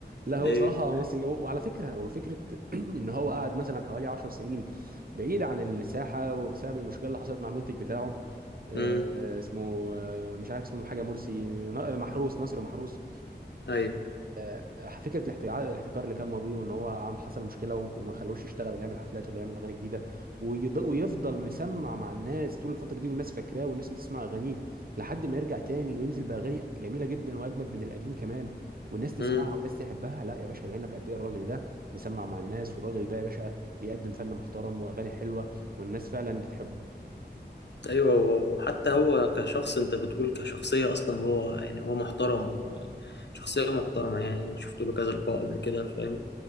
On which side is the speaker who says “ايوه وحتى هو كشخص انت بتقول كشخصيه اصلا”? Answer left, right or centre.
Left